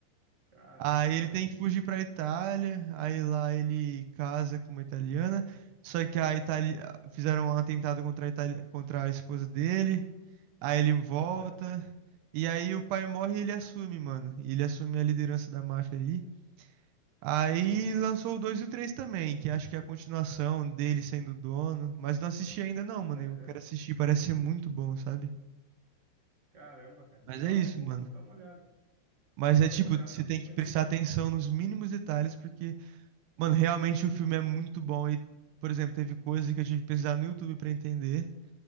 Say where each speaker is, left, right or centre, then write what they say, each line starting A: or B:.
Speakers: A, on the right (about 40°); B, on the right (about 75°).
A: Caramba,
B: Aí ele
A: cara.
B: tem que fugir pra Itália, aí lá ele casa com uma italiana, só que a Itália fizeram um atentado contra a Itália, contra a esposa dele, aí ele volta,
A: Aham.
B: e aí o pai morre e ele assume, mano. E ele assume a liderança da máfia ali. Aí
A: Nossa.
B: lançou o 2 e o 3 também, que acho que é a continuação dele sendo dono, mas não assisti ainda não, mano.
A: Aham.
B: Eu quero assistir, parece ser muito bom, sabe?
A: Caramba, cara.
B: Mas
A: Legal.
B: é isso,
A: Vou,
B: mano.
A: vou dar uma olhada.
B: Mas
A: Vou
B: é
A: dar
B: tipo,
A: uma olhada.
B: você
A: Eu
B: tem
A: não conhecia.
B: que prestar atenção nos mínimos detalhes, porque Mano, realmente o filme é muito bom e, por exemplo, teve coisa que eu tive que pesquisar no YouTube pra entender,